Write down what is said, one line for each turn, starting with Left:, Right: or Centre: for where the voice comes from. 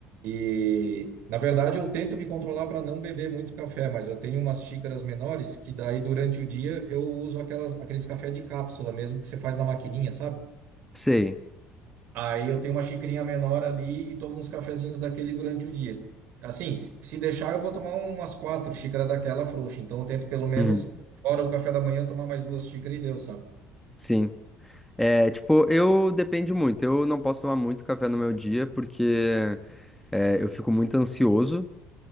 Right: E, na verdade, eu tento me controlar para não beber muito café, mas eu tenho umas xícaras menores que daí durante o dia eu uso aquelas, aqueles café de cápsula mesmo que você faz na maquininha, sabe?
Centre: sei.
Right: Aí eu tenho uma xicrinha menor ali e tomo uns cafezinhos daquele durante o dia. Assim, se se deixar, eu vou tomar um, umas quatro xícaras daquela frouxa. Então eu tento pelo menos,
Centre: Uhum,
Right: fora o café da manhã, tomar mais duas xícaras e deu, sabe?
Centre: sim. É, tipo, eu depende muito. Eu não posso tomar muito café no meu dia porque é, eu fico muito ansioso.